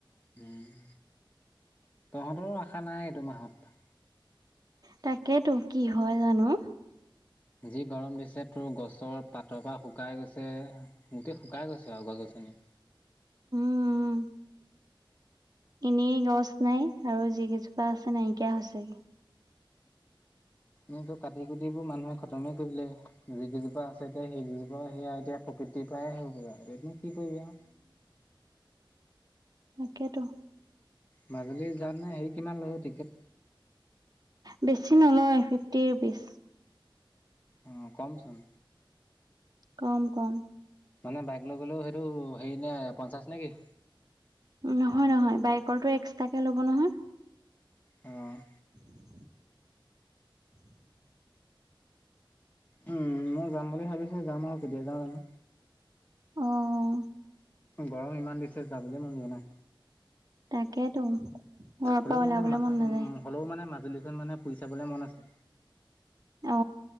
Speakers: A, on the left (about 20°); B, on the right (about 50°).
A: উম তহঁতৰ আশা নাই এইটো মাহত
B: তাকেতো কি হয় জানো
A: যি গৰম দিছে তোৰ গছৰ পাত তৰ পা শুকাই গৈছে গোটেই শুকাই গৈছে আৰু গছ গছনি
B: উম এনেই গছ নাই আৰু যি কেইজোপা আছে নাইকিয়া হৈছেগে
A: উম টো কাটি কুটিবোৰ মানুহে খতমে কৰিলে যি কেইজোপ আছে এতিয়া সেইজোপা সেয়া এতিয়া গুটি পা হগ আৰু তন কি কৰিবি আও
B: তাকেইতো
A: মাজুলী যাওঁতেনে হেৰি কিমান লাগিব টিকেট
B: বেছি নলয় ফিফটি ৰুপিছ
A: অ কমচোন
B: কম কম
A: মানে বাইক লৈ গ'লেও সেইটো হেৰি নে পঞ্চাশ নেকি
B: নহয় নহয় বাইকৰটো এক্সাকে ল'ব নহয়
A: অ'।
B: <unintelligible>
A: উম, মই যাম বুলি ভাবিছো যাম আৰু কেতিয়া যাও জানো।
B: অ'
A: গৰম ইমান দিছে যাবলৈ মন যোৱা নাই।
B: তাকেতো ঘৰৰ
A: হ'লেও
B: পৰা ওলাবলে
A: মানে
B: মন
A: উম
B: নাযায়।
A: হ'লেও মানে মাজুলী মানে ফুৰি চাবলে মন আছে।
B: অ